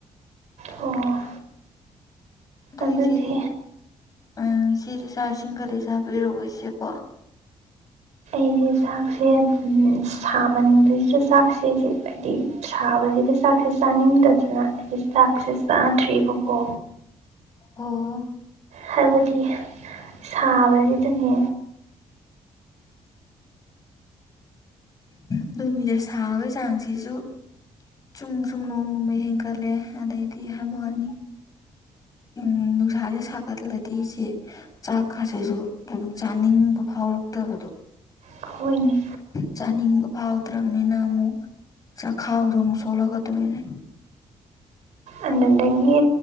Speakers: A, on the right; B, on the left.
A: ꯑꯣ
B: ꯑꯗꯣ
A: ꯑꯗꯨꯗꯤ
B: ꯏꯆꯦ ꯑꯥ ꯏꯆꯦꯗꯤ ꯆꯥꯛ ꯏꯁꯤꯡ ꯒꯗꯤ ꯆꯥꯕꯤꯔꯕ꯭ꯔꯣ ꯏꯆꯦꯕꯣ
A: ꯑꯩꯗꯤ ꯆꯥꯛꯁꯦ ꯎꯝ ꯁꯥꯃꯟꯕꯖꯤꯗ ꯆꯥꯛꯁꯦ ꯑꯩꯗꯤ ꯍꯥꯏꯗꯤ ꯁꯥꯕꯖꯤꯗ ꯆꯥꯛꯁꯦ ꯆꯥꯅꯤꯡꯗꯗꯅ ꯑꯩꯗꯤ ꯆꯥꯛꯁꯦ ꯆꯥꯗ꯭ꯔꯤꯕꯀꯣ
B: ꯑꯣ
A: ꯍꯥꯏꯕꯗꯤ ꯁꯥꯕꯖꯤꯗꯅꯦ
B: ꯑꯗꯨꯅꯤꯅ‌ꯦ ꯁꯥꯕꯩ ꯆꯥꯡꯁꯤꯖꯨ ꯆꯨꯝ ꯆꯨꯝ ꯅꯣꯡꯃ ꯅꯣꯡꯃꯩ ꯍꯦꯟꯀꯠꯂꯦ ꯑꯗꯩꯗꯤ ꯍꯥꯏꯕꯋꯥꯅꯤ ꯎꯝ ꯅꯨꯡꯁꯥꯖꯦ ꯁꯥꯒꯠꯂꯗꯤ ꯏꯆꯦ ꯆꯥꯛꯀꯖꯤꯖꯨ ꯑꯗꯨꯝ ꯆꯥꯅꯤꯡꯕ ꯐꯥꯎꯔꯛꯇꯕꯗꯣ
A: ꯍꯣꯏꯅꯦ
B: ꯆꯥꯅꯤꯡꯕ ꯐꯥꯎꯗ꯭ꯔꯕꯅꯤꯅ ꯑꯃꯨꯛ ꯆꯥꯈꯥꯎꯗꯣ ꯅꯨꯡ ꯁꯣꯛꯂꯛꯀꯗꯨꯔꯤꯅꯦ
A: ꯑꯗꯨꯗꯒꯤ